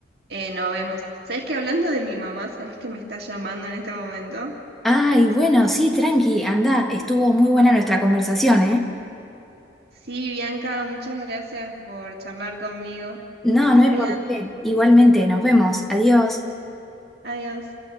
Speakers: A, on the right; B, in the centre.
A: eh, no vemos. ¿Sabes que hablando de mi mamá, sabes que me está llamando en este momento?
B: Ay, bueno, sí, tranqui, anda, estuvo muy buena nuestra conversación, ¿eh?
A: Sí, Bianca, muchas gracias por charlar conmigo.
B: No,
A: Que estés
B: no hay
A: bien.
B: por qué. Igualmente, nos vemos. Adiós.
A: Adiós.